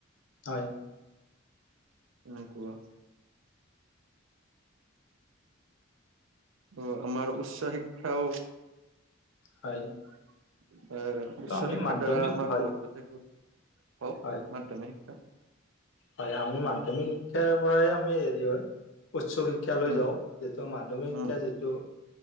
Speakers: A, on the left; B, on the right.
A: হয়,
B: ননে কোৱা। অ, আমাৰ উচ্চ শিক্ষাও
A: হয়,
B: অহ,
A: ত'
B: উচ্চ
A: আমি
B: শিক্ষাৰ
A: মাধ্যমিক
B: দ্বাৰা আমাৰ
A: হয়,
B: বহুত <inaudible> কওক,
A: হয়,
B: মাধ্যমিক শিক্ষা
A: হয় আমি মাধ্যমিক শিক্ষাৰ পৰাই আমি হেৰি হয় উচ্চ শিক্ষা শিক্ষ লৈ
B: উম
A: যাওঁ যিটো মাধ্যমিক শিক্ষা
B: উম
A: যিটো